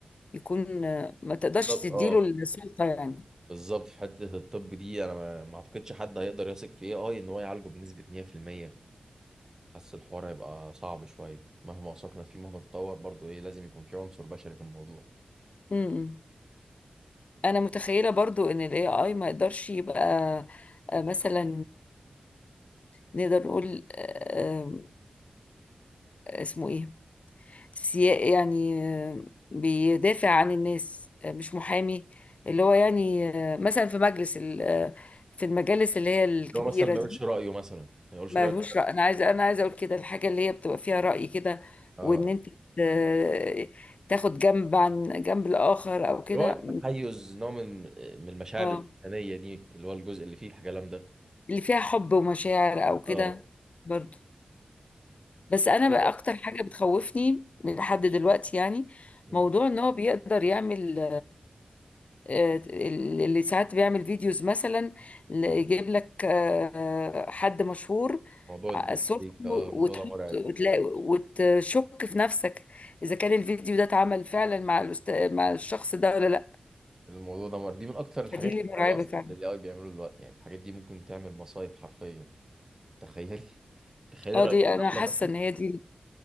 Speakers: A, on the left; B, on the right.
A: يكون آه، ما تقدرش
B: بالظبط
A: تديله
B: اه
A: السلطة يعني
B: بالظبط في حته الطب دي انا ما ما اعتقدش حد هيقدر يثق في اي اي ان هو يعالجه بنسبه 100% حاسس الحوار هيبقى صعب شويه مهما وثقنا فيه مهما تطور برضو ايه لازم يكون في عنصر بشري في الموضوع
A: امم انا متخيله برضو ان الاي اي ما يقدرش يبقى آه، مثلا نقدر نقول آه، آه، اسمه ايه سيا يعني آه، بيدافع عن الناس آه، مش محامي اللي هو يعني آه، مثلا في مجلس ال- آه، في المجالس اللي هي الكبيرة
B: اللي هو مثلا ما
A: دي
B: يقولش رايه مثلا ما يقولش
A: مالهوش
B: رايه في
A: رأي انا عايزه انا عايزه اقول كده الحاجة اللي هي بتبقى فيها رأي كده
B: اه
A: وان انت آه، تاخد جنب عن جنب الآخر او كده
B: اللي هو التحيز نوع من من المشاعر
A: اه
B: الإنسانية دي اللي هو الجزء اللي فيه الكلام ده
A: اللي فيها حب ومشاعر او كده
B: اه
A: برضو بس انا
B: هو
A: بقى اكتر حاجه بتخوفني من لحد دلوقتي يعني
B: مم.
A: موضوع ان هو بيقدر يعمل آه، اللي ساعات بيعمل فيديوز مثلا ل- يجيب لك آه، حد مشهور
B: موضوع
A: ع-
B: الديب
A: صورته
B: فيك اه
A: وتحط
B: الموضوع ده مرعب
A: وتلاقي وتشك في نفسك اذا كان الفيديو ده اتعمل فعلا مع الأست... مع الشخص ده ولا لا
B: الموضوع ده مرعب دي من أكتر الحاجات
A: فدي اللي مرعبه
B: المرعبة أصلا
A: فعلا
B: اللي ال AI بيعملوا دلوقتي يعني الحاجات دي ممكن تعمل مصايب حرفيا تخيلي <laughs> تخيلي
A: اه
B: رئيس
A: دي انا حاسه
B: دولة مثلا
A: ان هي دي